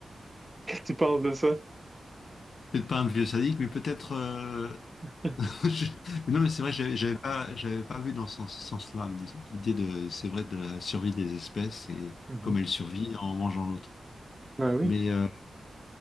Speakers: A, on the right; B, on the left.
A: Qu'est-ce que tu penses de ça?
B: Peut-être pas un vieux sadique, mais peut-être. euh,
A: <laughs>
B: <laughs> je- Non, mais c'est vrai, j'avais j'avais pas, j'avais pas vu dans ce sens- sens-là l'idée de, c'est vrai, de la survie des espèces et
A: Mhm.
B: comme elles survivent en mangeant l'autre.
A: Ben oui.
B: Mais euh,